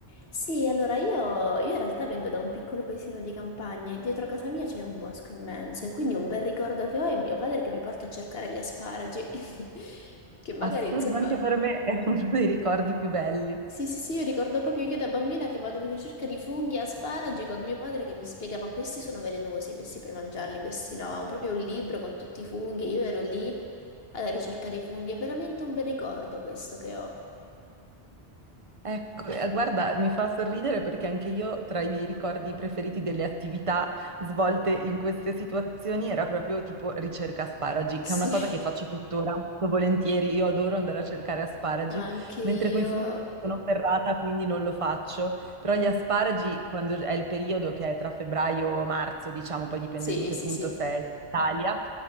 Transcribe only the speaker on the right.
Assurdo
anche per me, è uno dei ricordi più belli.
Ecco, eh, guarda, mi fa sorridere perché anche io tra i miei ricordi preferiti delle attività svolte in queste situazioni era proprio tipo ricerca asparagi,
che è una cosa che faccio tuttora molto volentieri. Io adoro andare a cercare asparagi,
mentre coi funghi sono ferrata, quindi non lo faccio. Però gli asparagi, quando è il periodo che è tra febbraio e marzo, diciamo, poi dipende
da in che
punto
sei. in Italia,